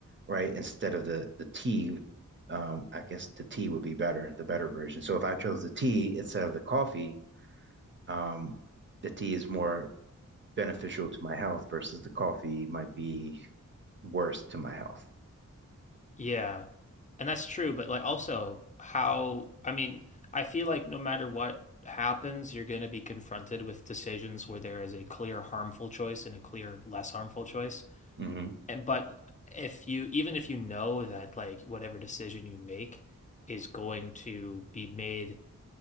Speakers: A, on the right; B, on the left.
A: right instead of the the tea um I guess the tea would be better the better version so if I chose the tea instead of the coffee um the tea is more beneficial to my health versus the coffee might be worse to my health.
B: Yeah. And that's true. But like also how, I mean, I feel like no matter what happens, you're going to be confronted with decisions where there is a clear harmful choice and a clear less harmful choice.
A: hmm
B: And, but if you, even if you know that like whatever decision you make is going to be made